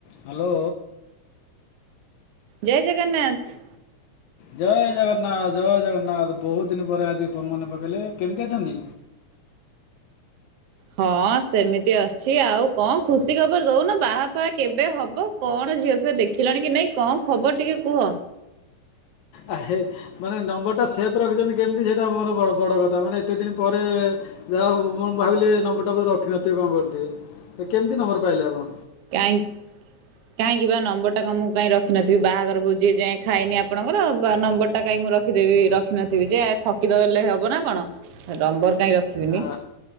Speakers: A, on the left (about 70°); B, on the right (about 65°).
A: ହାଲୋ
B: ଜୟ ଜଗନ୍ନାଥ।
A: ଜୟ ଜଗନ୍ନାଥ, ଜୟ ଜଗନ୍ନାଥ। ବହୁତ ଦିନ ପରେ ଆଜି ପୁଣି ମନେ ପକେଇଲେ, କେମିତି ଅଛନ୍ତି?
B: ହଁ ସେମିତି ଅଛି ଆଉ କଣ ଖୁସି ଖବର ଦଉନ ବାହା ଫାହା କେବେ ହବ? କଣ ଝିଅ ଫିଅ ଦେଖିଲଣି କି ନାଇଁ, କଣ ଖବର ଟିକେ କୁହ?
A: ଆ ମାନେ ନମ୍ବରଟା ସେଫ୍ ରଖିଚନ୍ତି କେମିତି ସେଇଟା ମୋର ବଡ ବଡ଼ କଥା। ମାନେ ଏତେ ଦିନ ପରେ ଯାହା ହଉ ମୁଁ ଭାବିଲି ନମ୍ବରଟା ରଖିନଥିବେ ବୋଧେ। କେମିତି ନମ୍ବର ପାଇଲେ ଆପଣ?
B: କାହିଁ କାହିଁକି ବା ନମ୍ବର ଟା କଣ ମୁଁ କାହିଁ ରଖିିନଥିବି? ବାହାଘର ଭୋଜି ଏ ଯାଏ ଖାଇନି ଆପଣଙ୍କର। ବା ନମ୍ବର ଟା କାଇଁ ମୁଁ ରଖିଦେବି ରଖିନଥିବି ଯେ। ଠକିଦଲେ ହବ ନା କଣ ନମ୍ବର କାଇଁ ରଖିବିନି।
A: ଆ